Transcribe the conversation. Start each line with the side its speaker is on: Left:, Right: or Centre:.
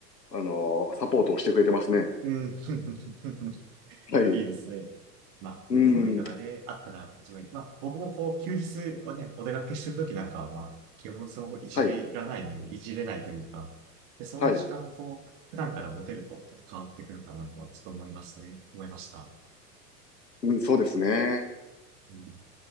Left: あの、サポートをしてくれてますね。
Right: うん。<laughs>
Left: はい。
Right: いいですね。まあ、
Left: うん。
Right: そういうのがね、あったら、自分に、まあ、僕もこう、休日はね、お出かけしてるときなんかは、まあ、基本そういじれいらないので、
Left: はい。
Right: いじれないというか、で、そういう時間をこう、
Left: はい。
Right: 普段から持てると、ちょっと変わってくるかなとは、ちょっと思いますね。思いました。
Left: うん、そうですね。
Right: うん